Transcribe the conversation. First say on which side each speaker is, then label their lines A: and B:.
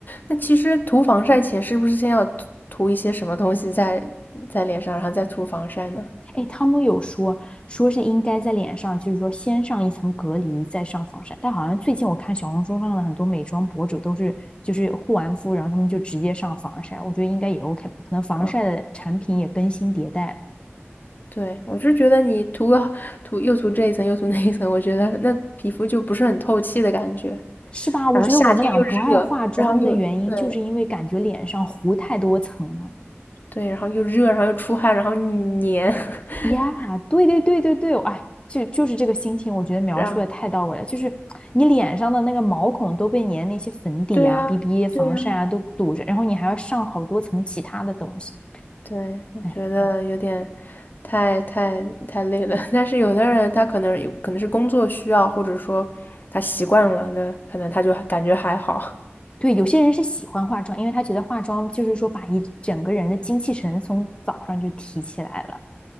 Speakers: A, on the left (about 45°); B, on the left (about 25°).
A: 那其实涂防晒前是不是先要涂涂一些什么东西在在脸上，然后再涂防晒呢？
B: 哎，他们有说说是应该在脸上，就是说先上一层隔离，再上防晒。但好像最近我看小红书上的很多美妆博主都是，就是护完肤，然后他们就直接上防晒。我觉得应该也 OK 吧，可能防晒的产品也更新迭代了，
A: 啊，对，我是觉得你涂个涂又涂这一层又涂那一层，我觉得那皮肤就不是很透气的感觉。
B: 是吧？我觉得我们俩不爱化妆的原因，
A: 然后夏天又热，然后又对
B: 就是因为感觉脸上糊太多层了。
A: 对，然后又热，然后又出汗，然后你黏，<laughs>
B: 呀，对对对对对，哎，就就是这个心情，我觉得描述的太到位了。
A: 然后
B: 就是你脸上的那个毛孔都被你的那些粉底啊、
A: 对呀，
B: BB 防晒啊都堵着，
A: 对呀。
B: 然后你还要上好多层其他的东西。
A: 对，我觉得有点
B: 哎，
A: 太太太累了。<laughs> 但是有的人他可能有可能是工作需要，或者说他习惯了那可能他就感觉还好。
B: 对，有些人是喜欢化妆，因为他觉得化妆就是说把一整个人的精气神从早上就提起来了。